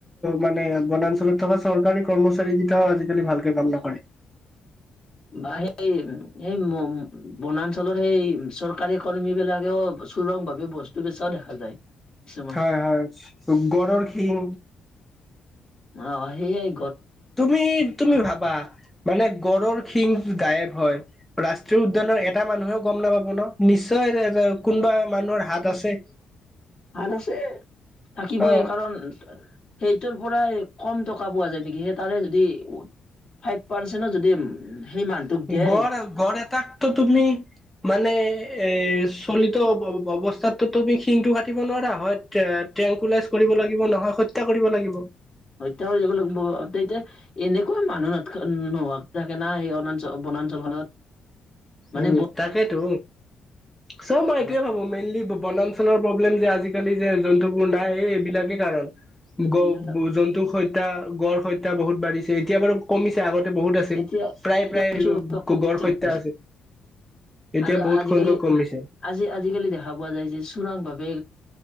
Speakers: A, in the centre; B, on the left.
A: মানে বনাঞ্চলত থকা চৰকাৰী কৰ্মচাৰী কেইটাও আজিকালি ভালকে কাম নকৰে।
B: <inaudible> বা সেই সেই বনাঞ্চলৰ সেই চৰকাৰী কৰ্মী বিলাকেও চুৰংভাৱে বস্তু বেচাও দেখা যায়। কিছুমান
A: হয় হয় গড়ৰ শিং
B: অ সেইয়াই
A: তুমি তুমি ভাবা মানে গড়ৰৰ শিংটো গায়ব হয়, ৰাষ্ট্ৰীয় উদ্যানৰ এটা মানুহেও গম নাপাব ন নিশ্চয় কোনবা মানুহৰ হাত আছে।
B: হাত আছে থাকিবই
A: অ
B: কাৰণ সেইটোৰ পৰাই কম টক কা পোৱা যায় নেকি, তাৰে যদি ফাইভ পাচেনো যদি উম সেই মানুহটোক দেই
A: গড় গড় এটাকতো তুমি মানে এই চলিত অ ব অৱস্থাতো তুমি শিংটো কাটিব নোৱাৰা হয় ট্ৰে ট্ৰেংকুলাইজ কৰিব লাগিব নহয় হত্যা কৰিব লাগিব।
B: হত্যা কৰিব লাগিব, তেতিয়া এনেকুৱা মানুহ নথকা নোহোৱা থাকে না সেই বনাঞ্চল বনাঞ্চলখনত। মানে
A: উম
B: ব
A: তাকেইতো, চ মই
B: মানুহ
A: এইটোৱে ভাবো মেইনলি বনাঞ্চলৰ প্ৰব্লেম যে আজিকালি যে জন্তুবোৰ নাই এই এইবিলাকে কাৰণ।
B: এইবিলাক
A: গ জন্তুক হত্যা, গড় হত্যা বহুত বাঢ়িছে এতিয়া বাৰু কমিছে আগত এ বহুত আছিল
B: এতিয়া
A: প্ৰায়-প্ৰায়
B: এতিয়া কিছু
A: গ-গড় হত্যা আছে। এতিয়া
B: আৰু
A: বহুত
B: আজিকালি-
A: সংখ্যক কমিছে
B: আজি-আজিকালি দেখা পোৱা যায় যে চোৰাং ভাৱে